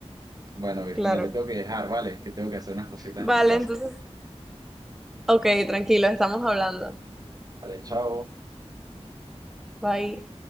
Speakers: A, on the right; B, in the centre.
A: Bueno, Virginia,
B: claro.
A: te tengo que dejar, ¿vale? Que tengo que hacer unas cositas
B: Vale,
A: en mi casa.
B: entonces, ok, tranquilo, estamos hablando.
A: Vale, chao.
B: Bye.